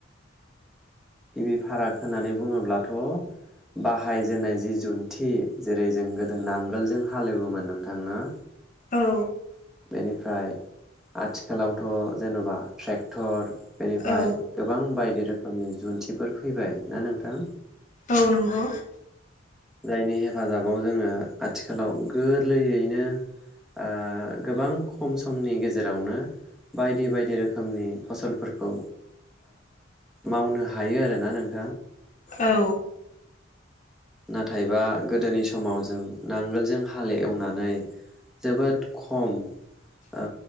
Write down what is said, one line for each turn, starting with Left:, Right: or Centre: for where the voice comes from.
Centre: गिबि फाराग होननानै बुङोब्लाथ' बाहायजेननाय जि जुन्थि जेरै जों गोदो नांगोलजों हालेवोमोन नोंथांनो ना।
Left: औ।
Centre: बेनिफ्राय आथिखालावथ' जेन'बा ट्रेक्टर। बेनिफ्राय
Left: औ
Centre: गोबां बायदि रोखोम <unintelligible> जुन्थिफोर फैबाय ना नोंथां
Left: औ नंगौ।
Centre: जायनि हेफाजाबाव जोङो आथिखालाव गोरलैयैनो ओ। गोबां खम समनि गेजेरावनो बायदि बायदि रोखोमनि फसलफोरखौ मावनो हायो आरोना नों
Left: औ।
Centre: नाथायबा गोदोनि समाव जों नांगोलजों हाल एवनानै जोबोद खम ओ